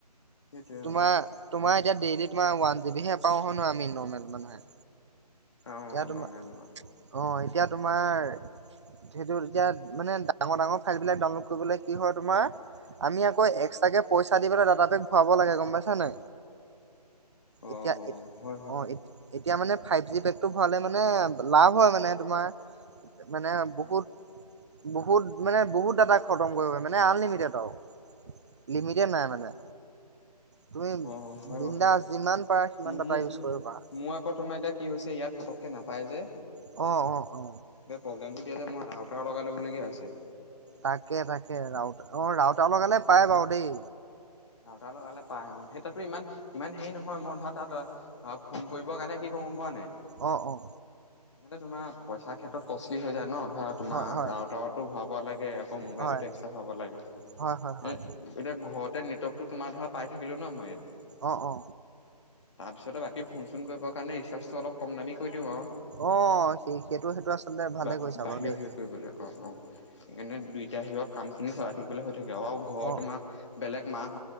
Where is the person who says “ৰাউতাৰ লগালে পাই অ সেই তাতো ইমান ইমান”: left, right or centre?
Left